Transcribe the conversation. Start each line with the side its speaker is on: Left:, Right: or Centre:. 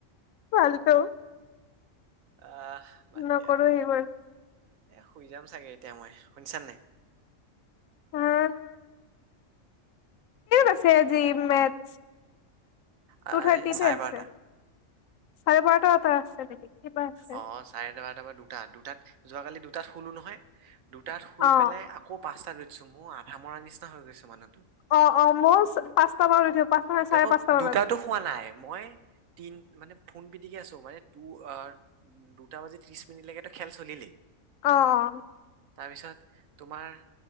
Left: ফাল্টু।
Right: আহ বাদ
Left: নকৰো
Right: দিয়া এইবোৰ।
Left: সেইবোৰ
Right: এ শুই যাম চাগে এতিয়া মই। শুনিছা নে নাই?
Left: উম আছে আজি মেচ
Right: আহ,
Left: টু থাৰ্টিতে
Right: এই চাৰে
Left: আছে।
Right: বাৰটা
Left: চাৰে বাৰটা এটা আছে কিবা আছে
Right: অ চাৰে বাৰটা পৰা দুটা দুটাত যোৱাকালি দুটাত শুলো নহয় দুটাত শুই
Left: অ
Right: পেলাই আ কৌ পাঁচটা উঠিছো মোৰ আধা মৰা নিচিনা হৈ গৈছো মানুহতো।
Left: অ অ মইও পাঁচটা মানত উঠিব পাঁচটা নহয় চাৰে
Right: তাকো
Left: পাঁচটা মানত
Right: দুটাতো হোৱা নাই মই তিন মানে ফোন পিটিকি তু আৰ দুটা বাজি ত্ৰিশ মিনিটলৈকে ত খেল চলিলেই।
Left: অ অ।
Right: তাৰপিছত তোমাৰ